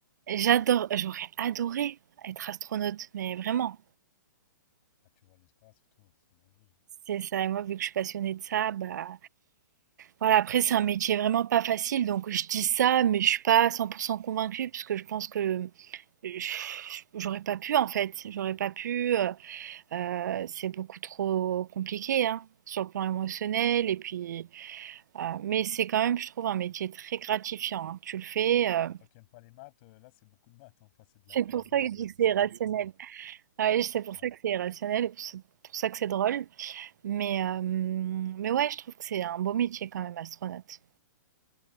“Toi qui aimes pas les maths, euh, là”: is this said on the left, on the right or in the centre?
Left